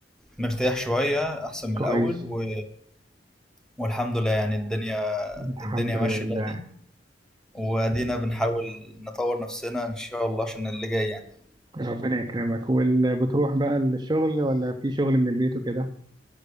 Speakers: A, in the centre; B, on the right.
A: مرتاح شوية أحسن من
B: كويس
A: الأول و... والحمد لله يعني الدنيا
B: الحمد
A: الدنيا
B: لله
A: ماشية دلوقتي وأدينا بنحاول نطور نفسنا إن شاء الله عشان اللي جاي يعني
B: وربنا يكرمك وبتروح بقى الشغل ولا في شغل من البيت وكده